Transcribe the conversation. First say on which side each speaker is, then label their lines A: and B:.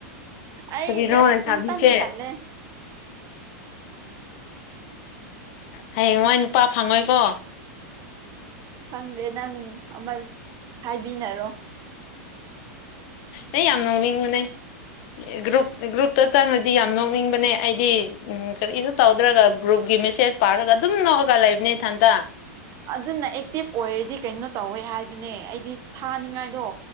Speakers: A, on the right (about 40°); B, on the left (about 55°).
A: ꯑꯩ
B: ꯀꯔꯤꯅꯣ
A: ꯌꯦꯁ
B: ꯂꯩꯁꯥꯕꯤꯁꯦ
A: ꯄꯪꯇꯥꯟ ꯇꯂꯦ
B: ꯍꯌꯦꯡꯋꯥꯏ ꯅꯨꯄꯥ ꯐꯪꯉꯣꯏꯀꯣ
A: ꯈꯪꯗꯦ ꯅꯪ ꯑꯃ ꯍꯥꯏꯕꯤꯅꯔꯣ
B: ꯑꯩ ꯌꯥꯝ ꯅꯥꯎꯅꯤꯡꯉꯨꯅꯦ ꯒ꯭ꯔꯨꯞ ꯒ꯭ꯔꯨꯞꯇ ꯆꯪꯉꯗꯤ ꯌꯥꯝ ꯅꯣꯛꯅꯤꯡꯕꯅꯦ ꯑꯩꯗꯤ ꯎꯝ ꯀꯔꯤꯁꯨ ꯇꯧꯗ꯭ꯔꯒ ꯒ꯭ꯔꯨꯞꯀꯤ ꯃꯦꯁꯦꯖ ꯄꯥꯔꯒ ꯑꯗꯨꯝ ꯅꯣꯛꯑꯒ ꯂꯩꯕꯅꯤ ꯏꯊꯟꯇꯥ
A: ꯑꯗꯨꯅ ꯑꯦꯛꯇꯤꯚ ꯑꯣꯏꯔꯗꯤ ꯀꯩꯅꯣ ꯇꯧꯋꯦ ꯍꯥꯏꯕꯅꯦ ꯑꯩꯗꯤ ꯊꯥꯅꯤꯡꯉꯥꯏꯗꯣ